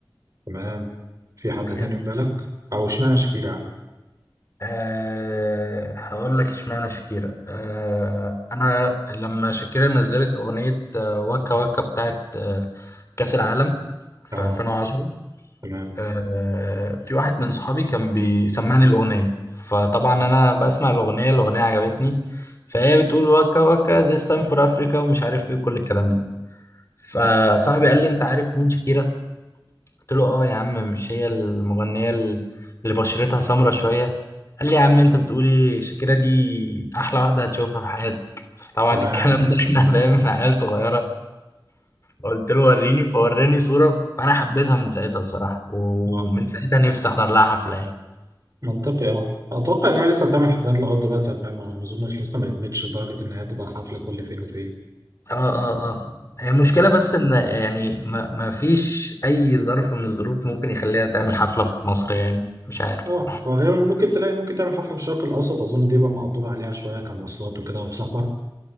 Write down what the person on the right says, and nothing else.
تمام في حد
تاني في بالك او اشمعنى شاكيرا يعني
اه
تمام
تمام
اه
منطقي اه اتوقع ان هي لسه بتعمل حفلات لغايه دلوقتي يعني فاهم أنا ما اظنش لسه ما ادمتش لدرجه ان هي تبقى حفله كل فين وفين
اتوقع
اه وغالبا ممكن تلاقي ممكن تعمل حفله في الشرق الاوسط اظن دي بقى مقدور عليها شويه كمواصلات وكده وسفر